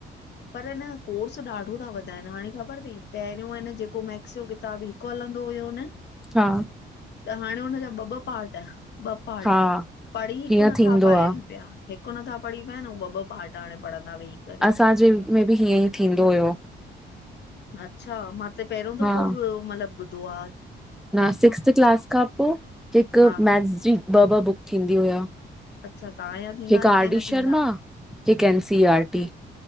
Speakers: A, on the left; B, in the centre.
A: पर न कोर्स ॾाढो था वधाइनि हाणे ख़बर थई पहिरियों हन जेको मैक्स किताब <unintelligible> हलंदो हुयो न
B: हा।
A: त हाणे हुनजा ॿ ॿ पार्ट ॿ पार्ट
B: हा
A: पढ़ी हिकु
B: हीअं
A: नथा
B: थींदो
A: पाइनि
B: आ
A: पिया, हिकु नथा पढ़ी पाइनि ऐं ॿ ॿ पार्ट हाणे पढ़ंदा वेही। करे
B: असांजे में बि हीअं ई थींदो हुयो।
A: अच्छा मां त पहिरों दफ़ो
B: हा
A: मतलब ॿुधो आ।
B: न सिक्स्थ क्लास खां पोइ हिकु
A: हा
B: मैथ्स जी ॿ ॿ बुक थींदी हुया।
A: अच्छा तहांया थींदा
B: हिकु आर
A: हिते
B: डी
A: न थींदा।
B: शर्मा हिकु न सी आर टी।